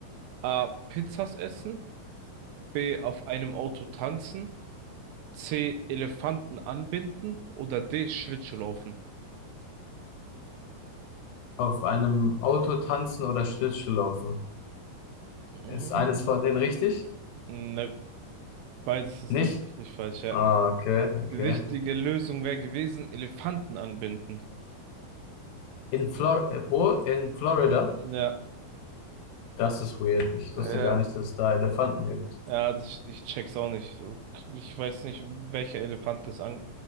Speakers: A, on the right; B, on the left.
A: A. Pizzas essen, B. auf einem Auto tanzen, C. Elefanten anbinden oder D. Schlittschuh laufen?
B: Auf einem Auto tanzen oder Schlittschuh laufen.
A: Mhm.
B: Ist eines von denen richtig?
A: Ne, beides ist
B: Nicht?
A: tatsächlich falsch, ja.
B: Ah, okay, okay.
A: Die richtige Lösung wäre gewesen, Elefanten anbinden.
B: In Flor äh, wo? In Florida?
A: Ja,
B: Das ist weird. Ich
A: äh,
B: wusste gar nicht, dass es da Elefanten gibt.
A: Ja, das, ich check's auch nicht. So, Ich weiß nicht, welcher Elefant das an,